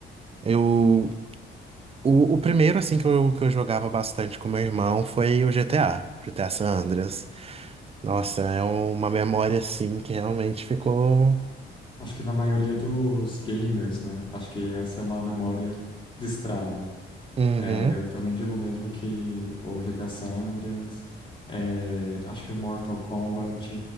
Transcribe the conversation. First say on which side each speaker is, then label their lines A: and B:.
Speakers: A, on the right; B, on the left.
A: Eu. O, o primeiro, assim, que eu, que eu jogava bastante com meu irmão foi o GTA, GTA San Andreas. Nossa, é uma memória, assim, que realmente ficou.
B: Acho que na maioria dos gamers, né? Acho que essa é uma memória destrava.
A: Uhum.
B: É, eu também digo mesmo que o GTA San Andreas, é, acho que o Mortal Kombat.